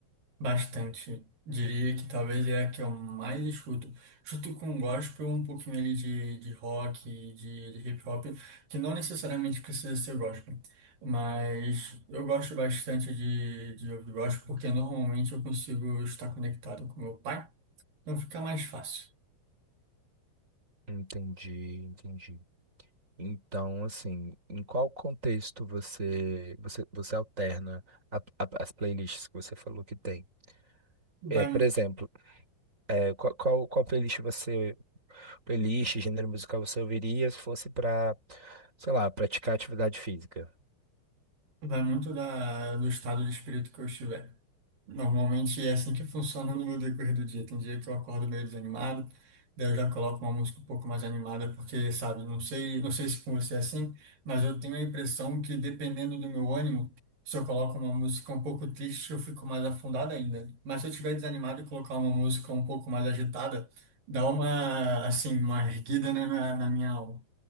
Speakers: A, on the right; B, on the right.
A: Bastante. Diria que talvez é a que eu mais escuto. Escuto com gospel, um pouquinho ali de, de rock, de, de hip hop, que não necessariamente precisa ser gospel. Mas eu gosto bastante de, de ouvir gospel, porque normalmente eu consigo estar conectado com meu pai, então fica mais fácil.
B: Entendi, entendi. Então, assim, em qual contexto você você, você alterna a- a- as playlists que você falou que tem? É,
A: Vai,
B: por exemplo, é, qual, qual, qual playlist você playlist, gênero musical você ouviria se fosse para, sei lá, praticar atividade física?
A: vai muito da, do estado de espírito que eu estiver. Normalmente é assim que funciona no meu decorrer do dia. Tem dia que eu acordo meio desanimado, daí eu já coloco uma música um pouco mais animada, porque, sabe, não sei, não sei se com você é assim, mas eu tenho a impressão que dependendo do meu ânimo, se eu coloco uma música um pouco triste, eu fico mais afundado ainda. Mas se eu estiver desanimado e colocar uma música um pouco mais agitada, dá uma, assim, uma erguida, né, na, na minha alma.